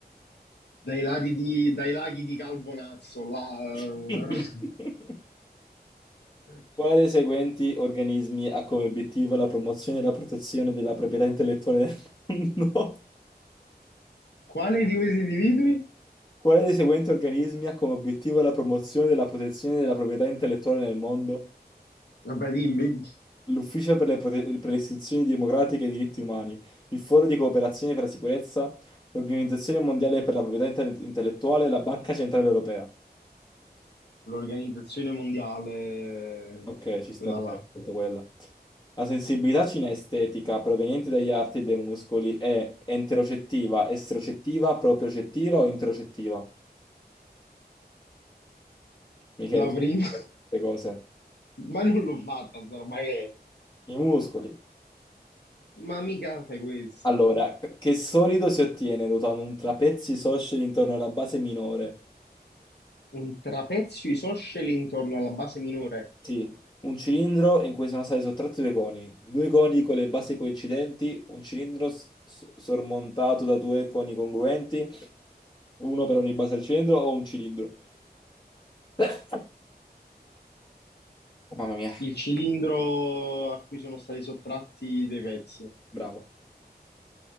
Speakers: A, on the left; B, on the left.
A: Dai laghi di, dai laghi di Calbonazzo, là... eh.
B: <laughs>
A: <laughs>
B: Quale dei seguenti organismi ha come obiettivo la promozione e la protezione della proprietà intellettuale del mondo?
A: Quale di questi individui?
B: Quale dei seguenti organismi ha come obiettivo la promozione della protezione della proprietà intellettuale nel mondo?
A: Vabbè, dimmi,
B: L'Ufficio per le, prote- per le istituzioni democratiche e i diritti umani, il Foro di cooperazione per la sicurezza, l'Organizzazione mondiale per la proprietà Inter- intellettuale e la Banca centrale europea.
A: l'Organizzazione Mondiale,
B: Ok, ci sta
A: quella
B: pure
A: là,
B: detto quella. La sensibilità cinestetica proveniente dagli arti e dai muscoli è enterocettiva, estrocettiva, propriocettiva o interocettiva? Michele,
A: la
B: tu
A: prima.
B: queste cose.
A: <laughs> Ma non l'ho fatta, sta roba che è?
B: I muscoli.
A: Ma mica fai questo.
B: Allora, che solido si ottiene ruotando un trapezio isoscele intorno alla base minore?
A: Un trapezio isoscele intorno alla base minore.
B: Sì, un cilindro in cui sono stati sottratti due coni, due coni con le basi coincidenti, un cilindro s- s- sormontato da due coni congruenti, uno per ogni base del cilindro o un cilindro. <coughs> Oh, Mamma mia,
A: il cilindro a cui sono stati sottratti dei pezzi.
B: bravo.